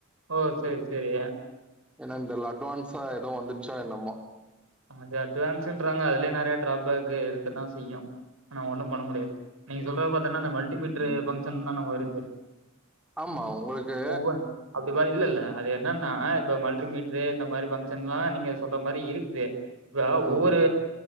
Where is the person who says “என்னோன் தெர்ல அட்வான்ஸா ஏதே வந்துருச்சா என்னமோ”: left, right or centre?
Centre